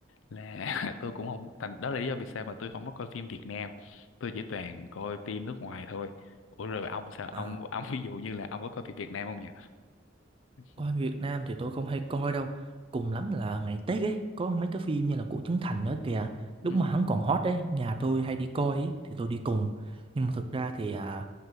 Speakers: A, on the left; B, on the right.
A: là <laughs> tôi cũng không thành đó là lý do vì sao mà tôi không có coi phim Việt Nam tôi chỉ toàn coi phim nước ngoài thôi ủa rồi ông sao
B: thôi
A: ông ông ví dụ như là ông có coi phim Việt Nam không nhỉ <laughs>
B: Coi Việt Nam thì tôi không hay coi đâu. Cùng lắm là ngày Tết ấy, có mấy cái phim như là của Trấn Thành nữa kìa.
A: ừ
B: Lúc mà hắn còn hot ấy, nhà tôi hay đi coi ấy, thì tôi đi cùng. Nhưng mà thực ra thì à,